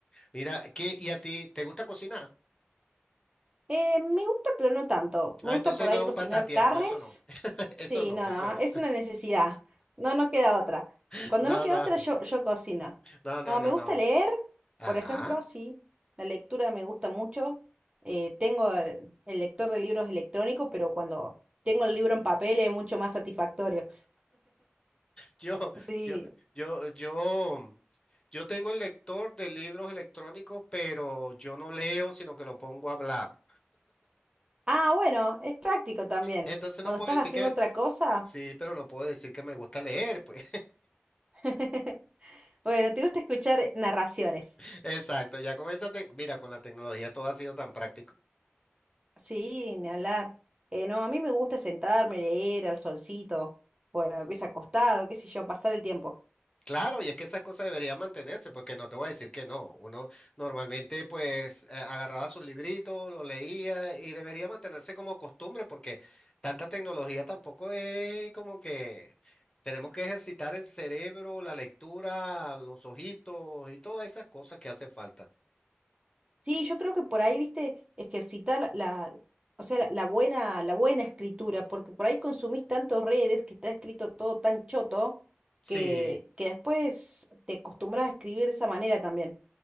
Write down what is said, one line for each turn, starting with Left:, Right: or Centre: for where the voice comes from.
Left: Mira, ¿qué, y a ti te gusta cocinar?
Right: Eh, me gusta, pero no tanto. Me
Left: Ah,
Right: gusta
Left: entonces
Right: por
Left: no
Right: ahí
Left: es
Right: cocinar
Left: un pasatiempo,
Right: carnes.
Left: eso no.
Right: Sí,
Left: Eso no,
Right: no,
Left: eso
Right: no,
Left: no.
Right: es una necesidad. No, no queda otra.
Left: <laughs>
Right: Cuando
Left: No,
Right: no queda
Left: no,
Right: otra, yo, yo cocino.
Left: no, no,
Right: No,
Left: no,
Right: me
Left: no.
Right: gusta leer,
Left: Ajá.
Right: por ejemplo, sí. La lectura me gusta mucho. Eh, tengo el, el lector de libros electrónico, pero cuando tengo el libro en papel es mucho más satisfactorio.
Left: Yo,
Right: Sí.
Left: yo, yo, yo, mm, yo tengo el lector de libros electrónicos, pero yo no leo, sino que lo pongo a hablar.
Right: Ah, bueno, es práctico también.
Left: Entonces
Right: Cuando
Left: no puedo
Right: estás
Left: decir
Right: haciendo
Left: que,
Right: otra cosa,
Left: sí, pero no puedo decir que me gusta leer, pues.
Right: <laughs> bueno, te gusta escuchar narraciones.
Left: <laughs> Exacto, ya con esa, tec- mira, con la tecnología todo ha sido tan práctico.
Right: Sí, ni hablar. Eh, no, a mí me gusta sentarme, leer al solcito, o a veces acostado, qué sé yo, pasar el tiempo.
Left: Claro, y es que esa cosa debería mantenerse, porque no te voy a decir que no. Uno normalmente pues eh, agarraba su librito, lo leía y debería mantenerse como costumbre, porque tanta tecnología tampoco es como que tenemos que ejercitar el cerebro, la lectura, los ojitos y todas esas cosas que hacen falta.
Right: Sí, yo creo que por ahí, viste, ejercitar la, o sea, la, la buena, la buena escritura, porque por ahí consumís tantos redes que está escrito todo tan choto
Left: Sí,
Right: que, que después te acostumbras a escribir de esa manera también.